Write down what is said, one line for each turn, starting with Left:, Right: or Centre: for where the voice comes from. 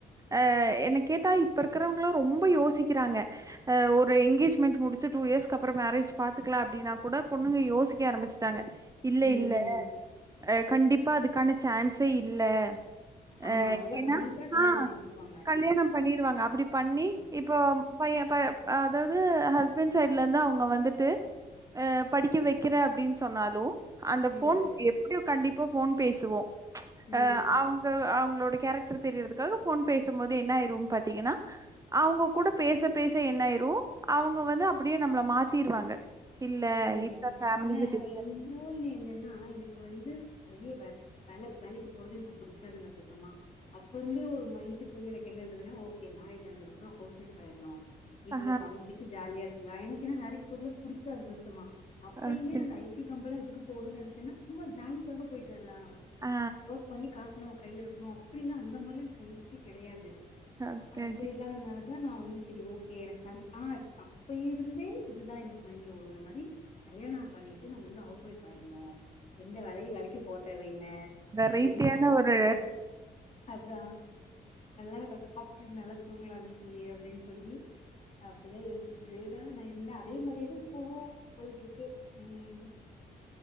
Right: அ என்ன கேட்டா இப்ப இருக்கறவங்காளா ரொம்ப யோசிக்கிறாங்க அ ஒரு எங்கேஜ்மண்ட் முடிச்சு டூ இயர்ஸ்க்கப்றோ மேரேஜ் பாத்துக்கலா அப்டின்னா கூட பொண்ணுங்க யோசிக்க ஆரமிச்ட்டாங்க இல்ல
Left: ம்
Right: இல்ல
Left: ம்
Right: அ கண்டிப்பா அதுக்கான சான்சே இல்ல அ
Left: ஆமா அதெல்லாம்
Right: ஏனா
Left: பண்ணிட்டா கல்யாணம்
Right: ஆ
Left: பண்ணி வச்சிருவாங்க
Right: கல்யாணோ
Left: ஆமா
Right: பண்ணிருவாங்க அப்டி பண்ணி
Left: ஆ
Right: இப்போ பைய ப அதாவ்து ஹஸ்பண்ட் சைடுல இருந்து அவுங்க வந்துட் டு அ படிக்க வைக்குற அப்டின்னு சொன்னாலு அந்த
Left: ம்
Right: ஃபோன் எப் ப்டியு கண்டிப்பா ஃபோன் பேசுவோ
Left: ம்
Right: அ அவுங்க அவுங்களோட கேரக் ட்ரு தெரியறதுக்காக ஃபோன் பேசும்போது என்ன ஆயிரு பாத்தீங்கன்னா அவுங்க கூட பேச பேச என்னாயிரு அவுங்க வந்து அப்டியே நம்மள மாத்திருவாங்க இல்ல
Left: ம்
Right: இதுதா
Left: ம்
Right: ஃபேமிலி
Left: ஆனா
Right: சிச்சுவேஷன்
Left: இன்னொன்னு என்னன்னா எனக்கு வந்து வெளிய வ வேல வேலைக்கு போறது எனக்கு புடிக்காதுங்க சுத்தமா அப்பருந்தே ஒரு மைண்ட் செட் வந்து எனக்கு என்ன இருந்துதுன்னா ஓகே மேரேஜ் ஆனதுக்கப்பறோ ஹவுஸ் ஒய்ஃப் ஆயிரணு வீட்ல
Right: ஆ
Left: சமச்சிட்டு ஜாலியா இருக்கலா எனக்கு ஏனா வேலைக்கு போறதுலா புடிக்காது சுத்தமா அப்பயுமே
Right: ஓகே
Left: அந்த ஐ டி கம்பனியெல்லா எதுக்கு போனு னு நெனைச்சேன்னா சும்மா ஜாலிக்காக போயிட்டு வர்லா
Right: ஆ
Left: ஒர்க் பண்ணி காசு நம்ம கைல இருக்கணு அப்டில்லா அந்த மாரில்லா எனக் மைன்செட்டே கெடையாது
Right: ஓகே
Left: அது
Right: ஓகே
Left: இல்லாத தா நா வந்து செரி ஓகே எனக்கு கரஸ் ஆ அப்ப இருந்தே இதுதா எனக்கு மைண்டுல ஓடு இந்த மாரி து கல்யாணம் பண்ணிட்டு நம்ம வந்து ஹவுஸ் ஒய்ஃப் ஆயிறனு எந்த வேலய வேலைக்கி போ தேவே இல்ல
Right: வெரைட்டியான
Left: என்ன சொ
Right: ஒரு
Left: அந்தோ அதா நல்லா சாப்ட்டு நல்லா தூங்கலா வீட்லியே அப்டின்னு சொல்லி அப்டிதா யோசிச்கிட்டேதா நா இருந்த அதே மாரியேதா இப்பவு போயிட்டுருக்கு ம்